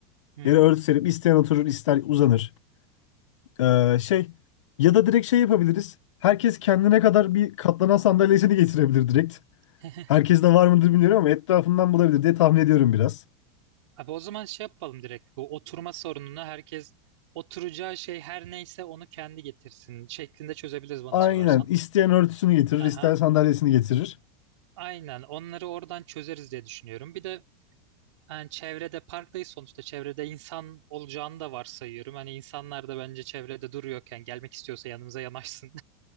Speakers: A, on the right; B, on the left.
A: Hı
B: yere
A: hı.
B: örtü serip isteyen oturur ister uzanır. Ee, şey ya da direkt şey yapabiliriz. Herkes kendine kadar bir katlanan sandalyesini getirebilir direkt.
A: <laughs>
B: Herkes de var mıdır bilmiyorum ama etrafından bulabilir diye tahmin ediyorum biraz.
A: Abi o zaman şey yapalım direkt. Bu oturma sorununu herkes oturacağı şey her neyse onu kendi getirsin şeklinde çözebiliriz bana
B: Aynen.
A: sorarsan.
B: İsteyen örtüsünü getirir,
A: Aha.
B: isteyen sandalyesini getirir.
A: Aynen onları oradan çözeriz diye düşünüyorum. Bir de Yani çevrede parktayız sonuçta. Çevrede insan olacağını da varsayıyorum. Hani insanlar da bence çevrede duruyorken gelmek istiyorsa yanımıza yanaşsın.